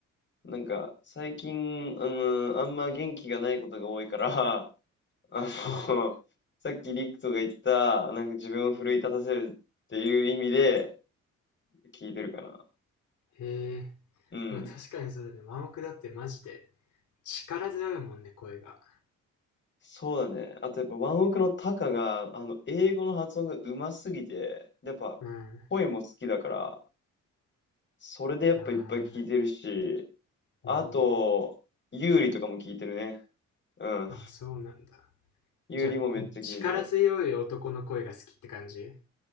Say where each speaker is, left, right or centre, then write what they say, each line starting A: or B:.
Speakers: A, on the left; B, on the left.
A: なんか、最近、あのあんま元気がないことが多いから、<laughs> あの、
B: <laughs>
A: <laughs> さっきリクトが言った、なんか自分を奮い立たせるっていう意味で聞いてるかな。
B: へえー、
A: うん。
B: まあ確かにそうだね。ワンオクだってマジで力強いもんね、声が。
A: そうだね。あとやっぱワンオクのタカが、あの、英語の発音がうますぎて、やっぱ声も好きだから、
B: うん。
A: それでやっぱいっぱい聞いてるし、
B: あ
A: あと、
B: ー、うん。
A: ユーリとかも聞いてるね。うん。
B: あ、そうなんだ。
A: ユーリもめっちゃ聞いてる。
B: じゃあ、力強い男の声が好きって感じう